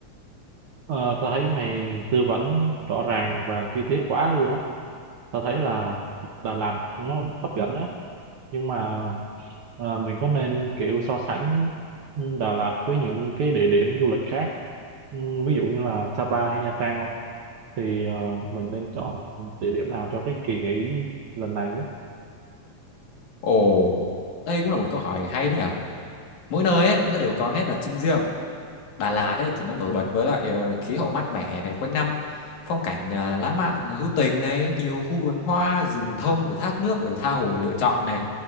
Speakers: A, on the right (about 75°); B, on the left (about 80°).
A: ờ, tao thấy mày tư vấn rõ ràng và chi tiết quá luôn á tao thấy là Đà Lạt nó hấp dẫn á nhưng mà ờ, mình có nên kiểu so sánh Đà Lạt với những cái địa điểm du lịch khác Ừ, ví dụ như là Sapa hay Nha Trang không thì ờ, mình nên chọn địa điểm nào cho cái kỳ nghỉ lần này á
B: ồ đây cũng là một câu hỏi hay đấy nhở mỗi nơi ấy nó đều có nét đặc trưng riêng Đà Lạt ấy thì nó nổi bật với lại ờ, khí hậu mát mẻ này quanh năm phong cảnh ờ, lãng mạn hữu tình này nhiều khu vườn hoa rừng thông rồi thác nước rồi tha hồ mà lựa chọn này